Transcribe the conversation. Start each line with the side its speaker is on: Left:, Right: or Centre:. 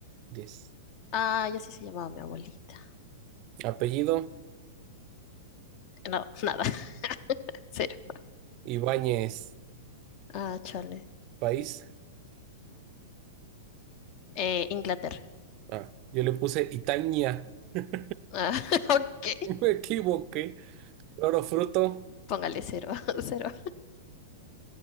Right: Diez.
Left: Ah, ya sí se llamaba mi abuelita.
Right: Apellido,
Left: No, nada, <laughs> cero.
Right: Ibáñez.
Left: Ah, chale.
Right: País,
Left: Eh, Inglaterra.
Right: ah, yo le puse Itaña. <laughs>
Left: Ah, <laughs> ok,
Right: Me equivoqué. Roro fruto,
Left: póngale cero, <laughs> cero.